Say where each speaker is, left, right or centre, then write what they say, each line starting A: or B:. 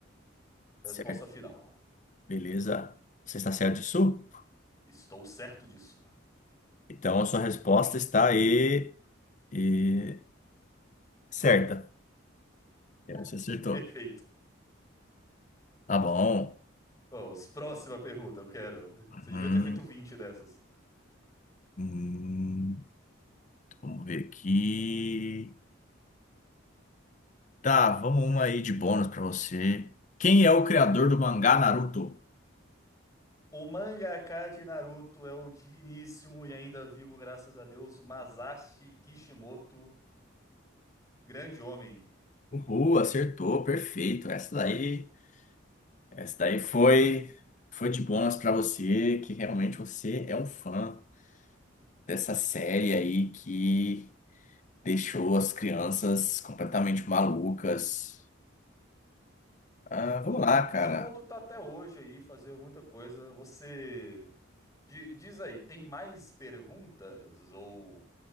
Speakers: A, on the left; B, on the left.
A: Certo.
B: Resposta final.
A: Beleza. Você está certo disso?
B: Estou certo disso.
A: Então a sua resposta está aí. e- certa. Então você
B: <laughs>
A: acertou.
B: Perfeito.
A: Tá bom.
B: Vamos, próxima pergunta, eu quero.
A: Hum,
B: Você devia ter feito 20 dessas.
A: hum, vamos ver aqui. Tá, vamos uma aí de bônus pra você. Quem é o criador do mangá Naruto?
B: O mangaka de Naruto é o digníssimo e ainda vivo, graças a Deus, Masashi Kishimoto, grande homem.
A: Uhul, acertou, perfeito. Essa daí, essa daí foi, foi de bônus pra você, que realmente você é um fã dessa série aí que deixou as crianças completamente malucas. Ah,
B: Não,
A: vamos
B: o,
A: lá,
B: Ki- o Kishimoto
A: cara.
B: tá até hoje aí fazendo muita coisa. Você di- diz aí, tem mais perguntas? Ou